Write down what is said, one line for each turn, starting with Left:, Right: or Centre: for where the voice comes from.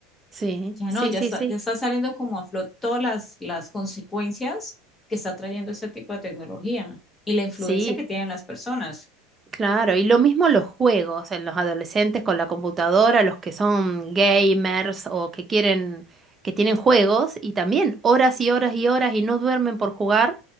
Right: Sí,
Left: Ya
Right: sí,
Left: no, ya
Right: sí,
Left: está,
Right: sí.
Left: ya está saliendo como a flot todas las, las consecuencias que está trayendo ese tipo de tecnología y la influencia
Right: Sí,
Left: que tienen las personas.
Right: claro. Y lo mismo los juegos en los adolescentes con la computadora, los que son gamers o que quieren, que tienen juegos y también horas y horas y horas y no duermen por jugar,